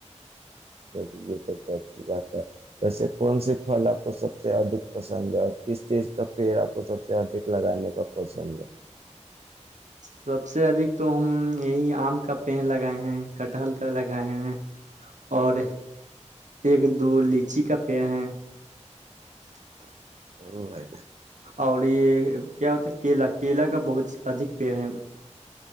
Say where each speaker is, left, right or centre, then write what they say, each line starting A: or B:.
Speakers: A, on the right; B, on the right.
A: چلی یہ تو تو اچھی بات ہے ویسے کون سے پھل آپ کو سب سے ادھک پسند ہے اور کس چیز کا پیڑ آپ کو سب سے ادھ لگانے کا پسند ہے
B: سب سے ادک تو ہم یہی آم کا پیڑ لگائے ہیں کٹہل کا لگائے ہیں اور ایک دو لیچی کا پےڑ ہے السلام علیکم محترم بھائی جان آپ کو بھی مبارک
A: او آا
B: اور یہ کیا ہوتا ہے کیلا کیلا کا بہت ادھ پیڑ ہے